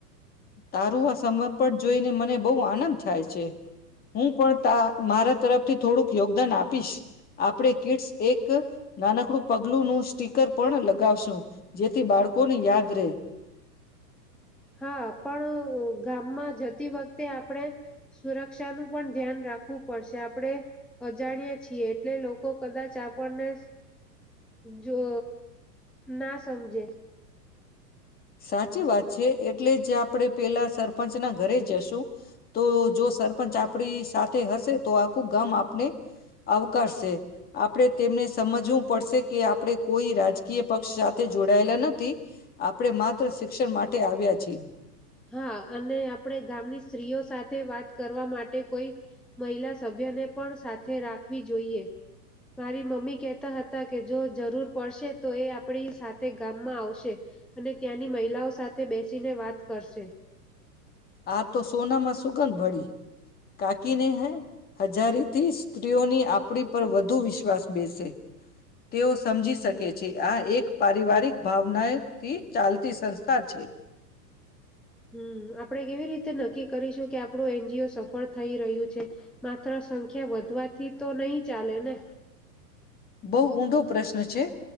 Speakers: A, on the left (about 20°); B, in the centre.
A: તારું આ સમર્પણ જોઈને મને બહુ આનંદ થાય છે. હું પણ <unintelligible> મારા તરફથી થોડુંક યોગદાન આપીશ આપણે કિટ્સ એક નાનકડું પગલુંનું સ્ટીકર પણ લગાવશું જેથી બાળકોને યાદ રહે.
B: હા પણ ગામમાં જતી વખતે આપણે સુરક્ષાનુ <unintelligible> પણ ધ્યાન રાખવું પડશે આપણે અજાણ્યા છીએ એટલે લોકો કદાચ આપણને જો ના સમજે.
A: સાચી વાત છે, એટલે જ આપડે પેલા સરપંચના ઘરે જશું તો જો સરપંચ આપડી સાથે હશે તો આખું ગામ આપને <unintelligible> આપડે તેમને સમજવું પડશે કે <unintelligible> કોઈ રાજકીય પક્ષ સાથે જોડાયેલા. નથી. આપણે માત્ર શિક્ષણ માટે આવ્યા છીએ.
B: હા અને આપણે ગામની સ્ત્રીઓ સાથે વાત કરવા માટે કોઈ મહિલા સભ્યને પણ સાથે રાખવી જોઈએ મારી મમ્મી કહેતા હતા કે જો જરૂર પડશે તો એ આપડી સાથે ગામમાં આવશે અને ત્યાંની મહિલાઓ સાથે બેસીને વાત કરશે.
A: આ તો સોનામાં સુગંધ ભળી. કાકીને હૈ. હજારી થી સ્ત્રીઓની <unintelligible> પર વધુ વિશ્વાસ બેસે તેઓ સમજી શકે છે, આ એક પારિવારિક ભાવનાથી ચાલતી સંસ્થા છે.
B: હમ આપણેે કેવી રીતે નક્કી કરીશું કે આપણું એનજીઓ સફળ થઈ રહ્યું છે, માત્ર સંખ્યા વધવાથી તો નહી ચાલે ને
A: બહુ ઊંડો પ્રશ્ન છે,